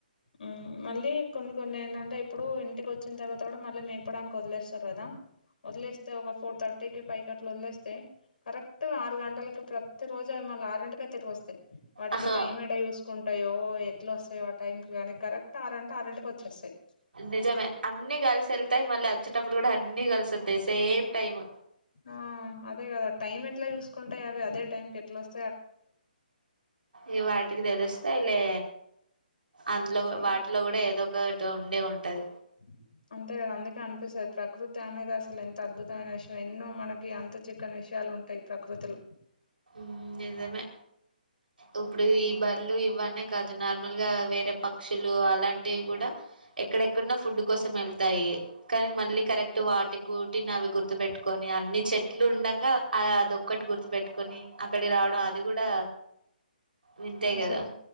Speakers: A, on the left; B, on the right.
A: మ్ మళ్ళీ కొన్ని కొన్ని ఏంటంటే ఇప్పుడు ఇంటికి వచ్చిన తర్వాత కూడా మళ్ళీ మేపడానికి వదిలేస్తారు కదా వదిలేస్తే ఒక ఫోర్ థర్టీకిి పైకి అట్లు వదిలేస్తే కరెక్ట్ ఆరు గంటలకి ప్రతి రోజు అవి మల్ల ఆరింటికె తిరిగి వస్తాయి. వాటికి
B: ఆహా
A: టైం ఎడ చూసుకుంటాయో, ఎట్లా వస్తాయో ఆ టైం కానీ కరెక్ట్ ఆరుంట ఆరుంటికి వచ్చేస్తాయి.
B: నిజమే అన్ని కలిసి వెళ్తాయి, మళ్ళీ వచ్చేటప్పుడు కూడా అన్ని కలిసోత్తాయి సేమ్ టైమ్
A: ఆ అదే గదా టైం ఎట్లా చూసుకుంటాయి అవి అదే టైంకి ఎట్లా వస్
B: ఈ వాటికి తెలుస్తాయిలే అందులో
A: హ్మ్.
B: వాటిలో కూడా ఏదో ఒకటి ఉండే ఉంటది.
A: ఉహుహ్ అంతే కదా అందుకే అనిపిస్తది. ప్రకృతి అనేది అసలు ఎంత అద్భుతమైన విషయం ఎన్నో మనకి అంత చిక్కని విషయం చాలు ఉంటాయి ప్రకృతిలో
B: మ్ నిజమే ఇప్పుడువి ఈ బర్లు ఇవ్వం నే కాదు నార్మల్ గా వేరే పక్షులు అలాంటివి కూడా ఎక్కడెక్కడనో ఫుడ్ కోసం వెళ్తాయి. డి కానీ మళ్ళీ కరెక్ట్ వాటి గూటిని అవి గుర్తు పెట్టుకుని అన్ని చెట్లు ఉండగా నాదొక్కటి గుర్తు పెట్టుకుని అక్కడి రావడం అది కూడా వింతే
A: అసలు
B: కదా